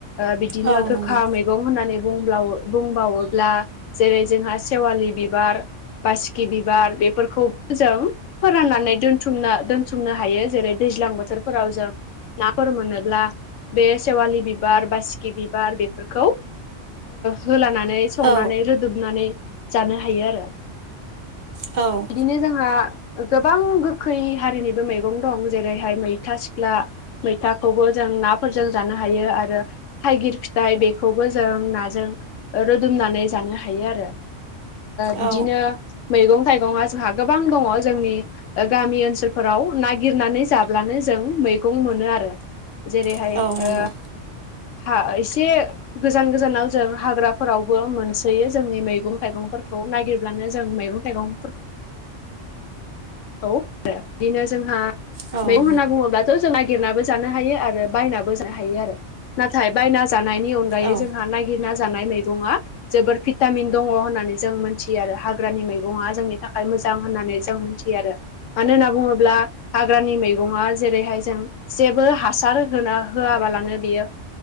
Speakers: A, on the left; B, on the right.
A: बिदिनो
B: औ
A: गोखा
B: नंगौ
A: मै मैगं होननानै बुं बुंबावोब्ला जेरै जोंहा सेवालि बिबार। बासिकि बिबार बेफोरखौ जों। फोराननानै दोनथुमनो दोनथुमनो हायो जेरै दैज्लां बोथोरफोराव जों नाफोर मोनोब्ला बे सेवालि बिबार बा सिखि बिबार बेफोरखौ। होलानानै संनानै
B: औ
A: रोदोमनानै जानो हायो आरो।
B: औ
A: बिदिनो जोंहा गोबां गोखै हारिनिबो मैगं दं जेरैहाय मैथा सिख्ला मैथाखौबो जों नाफोरजों जानो हायो आरो थाइगिर फिथाइ बेखौबो जों नाजों रोदोमनानै जानो हायो आरो बिदिनो
B: औ
A: मैगं थाइगंया जोंहा गोबां दङ जोंनि गामि ओनसोलफोराव नागिरनानै जाब्लानो जों मैगं मोनो आरो जेरैहाय
B: औ नंगौ औ नंगौ
A: ओ हा एसे। गोजान गोजानाव जों हाग्राफोरावबो मोनसोयो जोंनि मैगं थाइगंफोरखौ। खौ नागिरब्लानो जों मैगं थाइगं फोरखौ। औ आरो बिदिनो जोंहा
B: औ
A: मैगं होनना बुङोब्लाथ' जों नागिरनाबो जानो हायो आरो बायनाबो जानो हायो आरो। नाथाय बायना जानायनि अनगायै
B: औ
A: जोंहा नागिरना जानाय मैगंया जोबोर भिटामिन दङ होननानै जों मोनथियो आरो हाग्रानि मैगङा जोंनि थाखाय मोजां होननानै जों मोनथियो आरो। मानो होनना बुङोब्ला हाग्रानि मैगं मैगङा जेरैहाय जों जेबो हासार होना होआबालानो बियो।